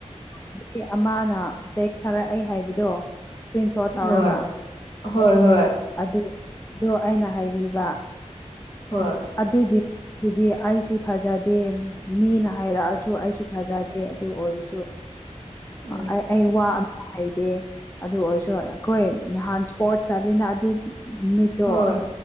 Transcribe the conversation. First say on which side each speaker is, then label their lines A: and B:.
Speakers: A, on the left; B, on the left.
A: ꯑꯗꯨꯒꯤ ꯑꯃꯅ ꯇꯦꯛꯁ ꯁꯥꯔꯛꯏ ꯍꯥꯏꯕꯗꯣ ꯏꯁꯀ꯭ꯔꯤꯟ ꯁꯣꯠ ꯇꯧꯔꯒ
B: ꯍꯣꯏ ꯍꯣꯏ ꯍꯣꯏ
A: ꯑꯗꯨꯗꯣ ꯑꯩꯅ ꯍꯥꯏꯕꯤꯕ
B: ꯍꯣꯏ
A: ꯑꯗꯨꯒꯤꯗꯨꯗꯤ ꯑꯩꯁꯨ ꯊꯥꯖꯗꯦ ꯃꯤꯅ ꯍꯥꯏꯔꯛꯑꯁꯨ ꯑꯩꯁꯨ ꯊꯥꯖꯗꯦ ꯑꯗꯨ ꯑꯣꯏꯔꯁꯨ
B: ꯎꯝ
A: ꯑꯩ ꯑꯩ ꯋꯥ ꯍꯩꯗꯦ ꯑꯗꯨ ꯑꯣꯏꯔꯁꯨ ꯑꯩꯈꯣꯏ ꯅꯍꯥꯟ ꯏꯁꯄꯣꯔꯠ ꯆꯠꯂꯤꯅ ꯑꯗꯨ
B: ꯍꯣꯏ
A: ꯑꯣ